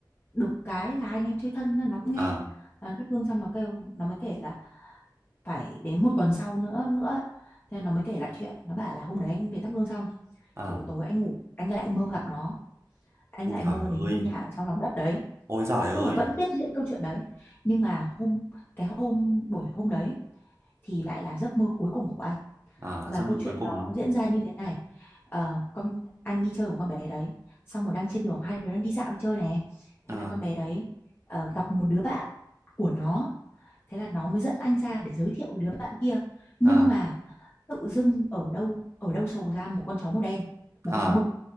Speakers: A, on the left; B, on the right.
A: được cái là hai anh em chơi thân nên nó cũng nghe
B: ờ
A: à, thắp hương xong nó kêu nó mới kể là phải đến một tuần sau nữa nữa ấy. thế nó mới kể lại chuyện nó bảo là hôm đấy anh về thắp hương xong
B: ờ
A: thì buổi tối anh ngủ anh lại mơ gặp nó anh
B: ôi
A: lại
B: giời
A: mơ đến
B: ơi
A: ngôi nhà ở trong lòng đất đấy
B: ôi giời ơi
A: tức là vẫn tiếp diễn câu chuyện đấy nhưng mà hôm cái hôm buổi hôm đấy thì lại là giấc mơ cuối cùng của anh
B: ờ
A: và
B: giấc
A: câu
B: mơ
A: chuyện
B: cuối cùng
A: nó
B: đúng không?
A: diễn ra như thế này Ờ, con anh đi chơi cùng con bé đấy xong rồi đang trên đường hai đứa đang đi dạo đi chơi này
B: ờ
A: thế là con bé đấy ờ, gặp một đứa bạn của nó thế là nó mới dẫn anh ra để giới thiệu với đứa bạn kia nhưng
B: ờ
A: mà tự dưng ở đâu ở đâu sổ ra một con chó màu đen một
B: ờ
A: con chó mực